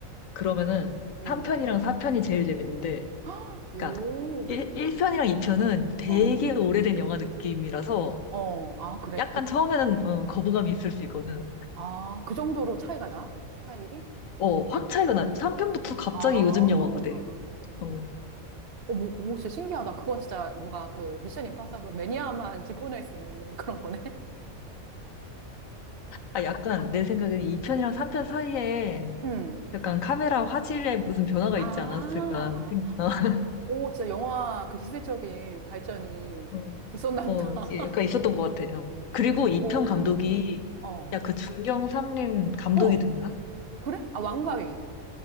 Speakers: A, on the left; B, on the right.
A: 그러면은
B: 음.
A: 3편이랑 4편이 제일 재밌는데,
B: <gasps> 오.
A: 그러니까 1, 편이랑 2편은 되게
B: 어.
A: 오래된 영화 느낌이라서
B: 어. 아, 그래.
A: 약간
B: 그
A: 처음에는 어, 거부감이 있을 수 있거든.
B: 아, 그 정도로 차이가 나? 그 스타일이?
A: 어, 확 차이가 나. 3편부터 갑자기
B: 아, 어머.
A: 요즘 영화가 돼. 어.
B: 어머, 오, 진짜 신기하다. 그건 진짜 뭔가 그 미션 임파서블 매니아만 짚어낼 수 있는 <laughs> 그런 거네.
A: 아, 약간 내 생각에는 2편이랑 3편 사이에
B: 음.
A: 약간 카메라 화질에 무슨 변화가
B: 아,
A: 있지 않았을까 생각,
B: 오, 진짜 영화 그 기술적인 발전이
A: 어,
B: 있었나
A: 어,
B: 보다.
A: 예, 약간 있었던 것 같아요. 그리고 2편
B: <laughs> 오,
A: 감독이,
B: 어,
A: 야, 그 중경 삼림 감독이
B: 어,
A: 누구야?
B: 그래? 아, 왕가위.